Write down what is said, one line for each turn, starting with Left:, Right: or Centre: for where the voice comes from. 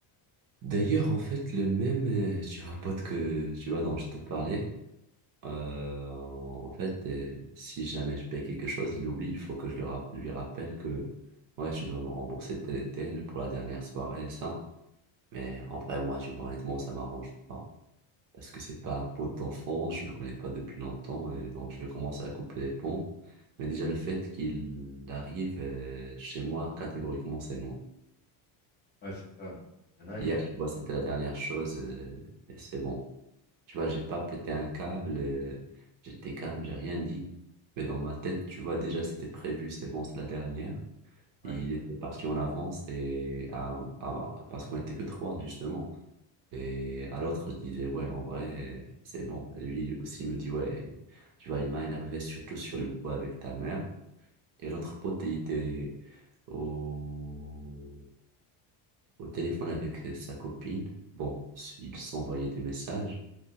Right: D'ailleurs, en fait, le même, euh, tu vois, pote, que tu vois, dont je te parlais, euh, en fait, euh, si jamais je paye quelque chose, il oublie. Il faut que je le rapp- lui rappelle que, ouais, tu dois me rembourser tel et tel pour la dernière soirée, ça. Mais en vrai, moi, tu vois, honnêtement, ça m'arrange pas. Parce que c'est pas un pote d'enfance, je le connais pas depuis longtemps, et donc je vais commencer à couper les ponts. Mais déjà, le fait qu'il arrive euh, chez moi, catégoriquement, c'est non.
Left: Ouais, c'est ça, non. Il y en a,
Right: Hier,
Left: ils.
Right: tu vois, c'était la dernière chose, euh, et c'est bon. Tu vois, j'ai pas pété un câble, euh, j'étais calme, j'ai rien dit. Mais dans ma tête, tu vois, déjà, c'était prévu, c'est bon, c'est la dernière.
Left: Ouais,
Right: Et il était parti en avance, et à- à- parce qu'on était que trois, justement. Et à l'autre, je disais, ouais, en vrai, c'est bon. Et lui aussi me dit, ouais, tu vois, il m'a énervé surtout sur le coup avec ta mère. Et l'autre pote, il était au, au téléphone avec sa copine. Bon, ils s'envoyaient des messages.